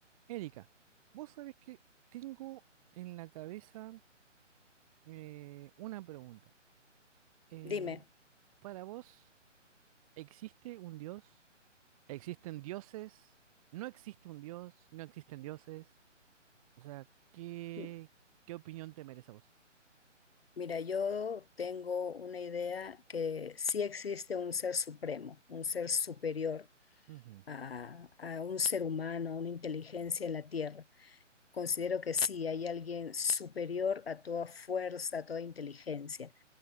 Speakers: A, on the right; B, on the left.
A: Erika, vos sabés que tengo en la cabeza eh, una pregunta. Eh,
B: Dime,
A: para vos, ¿existe un dios? ¿Existen dioses? ¿No existe un dios? ¿No existen dioses? O sea, ¿qué,
B: m-
A: qué opinión te merece a vos?
B: mira, yo tengo una idea que sí existe un ser supremo, un ser superior
A: Ujú.
B: a, a un ser humano, a una inteligencia en la Tierra. Considero que sí, hay alguien superior a toda fuerza, a toda inteligencia.